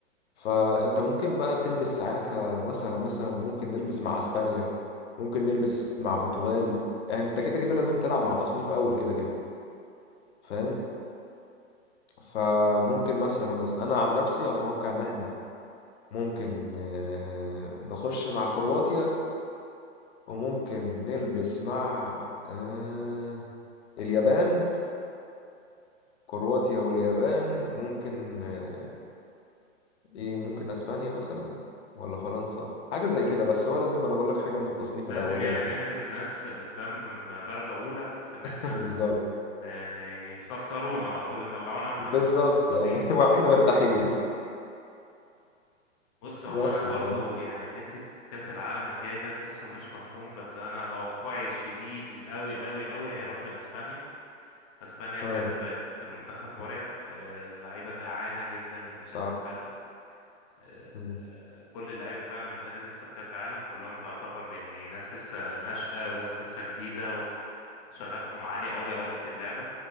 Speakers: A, on the left; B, on the left.
A: فانت ممكن بقى تلبس ساعتها مثلا مثلا ممكن نلبس مع اسبانيا ممكن نلبس مع برتغال انت كده كده لازم تلعب مع تصنيف اول كده كده فاهم فممكن مثلا مثلا انا عن نفسي اتوقع ان احنا ممكن آه، نخش مع كرواتيا وممكن نلبس مع آه، اليابان كرواتيا واليابان ممكن آه، ايه ممكن اسبانيا مثلا ولا فرنسا حاجة زي كده بس هو لازم انا بقول لك حاجة من التصنيف
B: لازم
A: الاولاني
B: يعني ننزل
A: ده
B: الناس قدام درجة اولى بحيث ان احنا
A: <laughs> بالظبط
B: ن- ن- يخسرونا على طول يطلعونا واحنا ما
A: بالظبط يعني
B: فاضيين
A: <laughs> واحنا مرتاحين
B: بص هو
A: بس
B: انا برضو
A: ف
B: يعني حتة كأس العالم الجاي ده تحسه مش مفهوم بس انا توقعي الشديد قوي قوي قوي هيروح لاسبانيا اسبانيا
A: اه
B: بجد بقت منتخب مرعب آه، اللعيبة جعانة جدا لكأس
A: صح
B: العالم آه،
A: مم.
B: آه، كل اللعيبة فعلا محتاجة تكسب كأس عالم كلهم تعتبر يعني ناس لسه ناشئة وناس لسه جديدة وشغفهم عالي قوي قوي في اللعبة